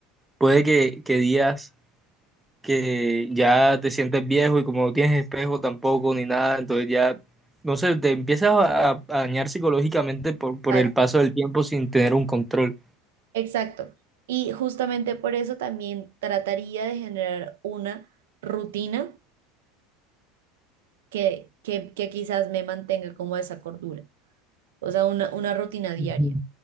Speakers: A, in the centre; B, on the right.
A: puede que, que días que ya te sientes viejo y como no tienes espejo tampoco ni nada, entonces ya, no sé, te empiezas a, a dañar psicológicamente por, por
B: exacto,
A: el paso del tiempo sin tener un control.
B: exacto. Y justamente por eso también trataría de generar una rutina que, que, que quizás me mantenga como a esa cordura, o sea, una, una rutina diaria.
A: Ujú.